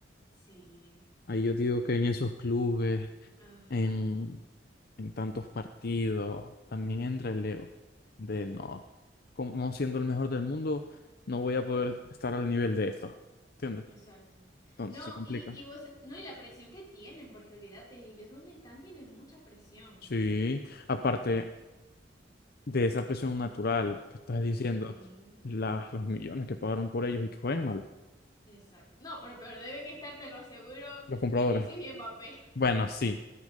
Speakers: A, on the left; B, on the left.
A: Sí,
B: Ahí yo digo que en esos clubes,
A: ajá,
B: en, en tantos partidos, también entra el ego de no, como siendo el mejor del mundo, no voy a poder estar al nivel de esto. ¿Entiendes?
A: exacto.
B: Entonces
A: No,
B: se complica.
A: y, y vos, no, y la presión que tienen, porque olvídate, ellos donde están tienen mucha presión.
B: Sí. Aparte, de esa presión natural que estás diciendo,
A: Ujú,
B: las los millones que pagaron por ellos y que juegan mal,
A: Exacto. No, pero, pero deben estar, te lo aseguro,
B: los compradores.
A: Vinicius y Mbappé.
B: Bueno, sí,